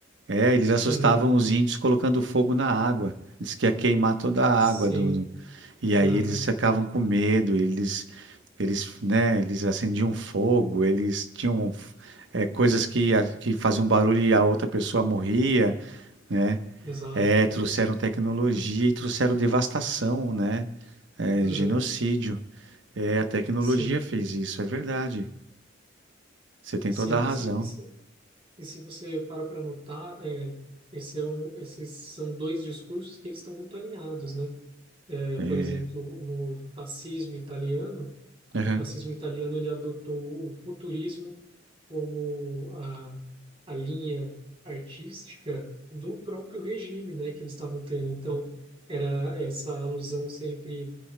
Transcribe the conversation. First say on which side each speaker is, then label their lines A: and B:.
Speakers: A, on the right; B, on the right.
A: É, eles assustavam
B: uhum,
A: os índios colocando fogo na água. Diz que ia queimar toda a
B: sim,
A: água do. do- E aí
B: uhum,
A: eles ficavam com medo. Eles, eles, né? Eles acendiam fogo. Eles tinham é, coisas que a- que faziam barulho e a outra pessoa morria, né?
B: exato.
A: É, trouxeram tecnologia e trouxeram devastação, né? É,
B: Uhum,
A: genocídio. É, a tecnologia
B: sim,
A: fez isso, é verdade. Você tem
B: sim,
A: toda a razão.
B: sim. E se, e se você para para notar, é, esse é um, esses são dois discursos que eles estão muito alinhados, né?
A: É,
B: por exemplo, no fascismo italiano,
A: aham,
B: o fascismo italiano ele adotou o futurismo como a, a linha artística do próprio regime, né, que eles estavam tendo. Então, era essa alusão sempre